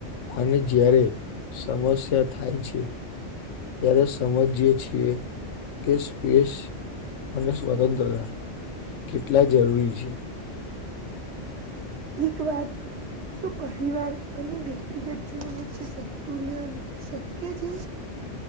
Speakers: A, on the left (about 80°); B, on the right (about 65°).
A: અને જ્યારે સમસ્યા થાય છે. ત્યારે સમજીયે છીએ કે સ્પેસ અને સ્વતંત્રતા કેટલા જરૂરી છે.
B: એક વાત શું પરિવાર અને વ્યક્તિગત જીવન વચ્ચે સંતુલન શક્ય છે.